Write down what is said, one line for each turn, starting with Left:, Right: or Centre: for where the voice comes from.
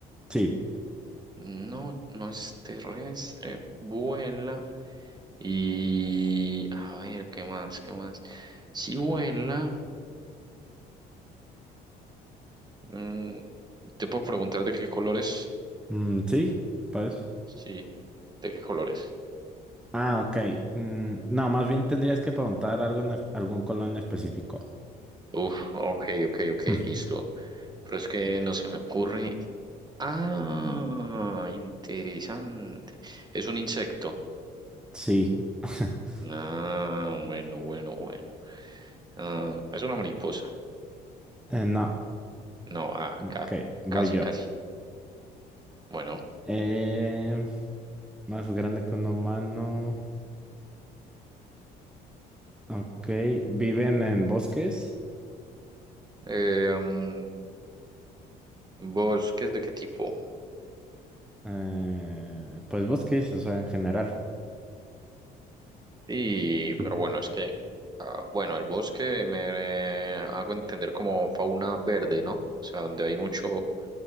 Centre: Sí.
Right: No, no es terrestre, vuela y a ver, ¿qué más? ¿Qué más? Si vuela, mm, te puedo preguntar de qué colores.
Centre: Mm, sí. Pues.
Right: Sí, ¿de qué colores?
Centre: Ah, ok. Mm, no, más bien tendrías que preguntar algo en es- algún color en específico.
Right: Uf, ok, ok, ok,
Centre: <laughs>
Right: listo. Pero es que no se me ocurre. Ah, interesante. Es un insecto.
Centre: Sí. <laughs>
Right: Ah, bueno, bueno, bueno. Ah, es una mariposa.
Centre: Eh, no.
Right: No, ah,
Centre: Ok.
Right: ca-
Centre: Voy
Right: casi,
Centre: yo.
Right: casi. Bueno.
Centre: Eh, Más grande que un humano. Ok. Viven en bosques.
Right: eh, mm, ¿Bosques de qué tipo?
Centre: eh, pues bosques, o sea, en general.
Right: Y, pero bueno, es que, ah, bueno, el bosque me hago entender como fauna verde, ¿no? O sea, donde hay mucho